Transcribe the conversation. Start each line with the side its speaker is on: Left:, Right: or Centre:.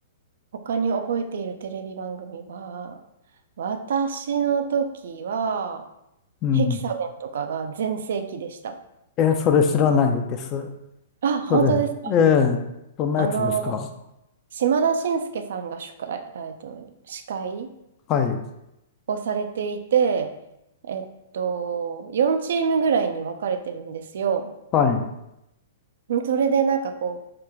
Right: 他に覚えているテレビ番組は、私の時は、
Left: うん。
Right: ヘキサゴンとかが全盛期でした。
Left: え、それ知らないです。
Right: あ、本当ですか。
Left: それ、ええ、どんなやつですか
Right: あの、島田紳介さんが司会、えっと、司会
Left: はい、
Right: をされていて、えっと、4チームぐらいに分かれてるんですよ。
Left: はい、
Right: それでなんかこ